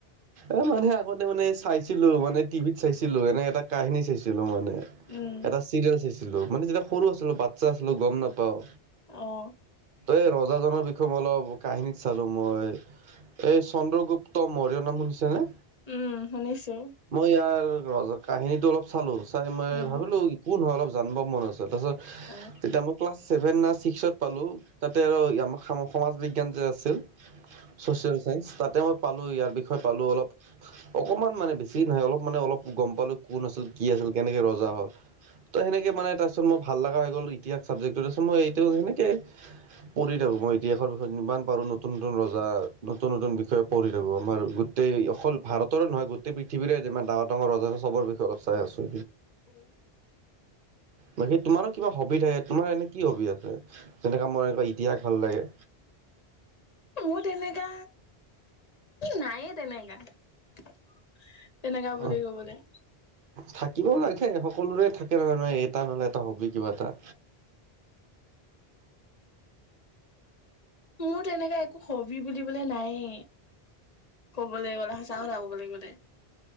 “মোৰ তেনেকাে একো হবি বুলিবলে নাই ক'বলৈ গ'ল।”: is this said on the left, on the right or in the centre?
Left